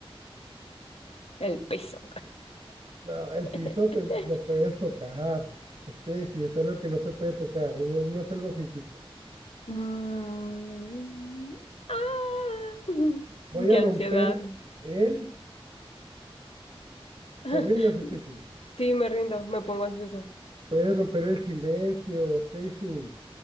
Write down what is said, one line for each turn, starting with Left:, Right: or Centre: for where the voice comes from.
Left: el peso.
Right: No, el piso
Left: <laughs>
Right: te- lo
Left: <laughs>
Right: puedes tocar. Stacy. es algo que no se puede tocar, no, no es algo físico.
Left: Mm, ah, <laughs>
Right: Voy
Left: qué
Right: a romper
Left: ansiedad.
Right: el.
Left: <laughs>
Right: ¿Te rindes, Stacy?
Left: Sí, me rindo, me pongo ansiosa.
Right: Puedes romper el silencio, Stacy.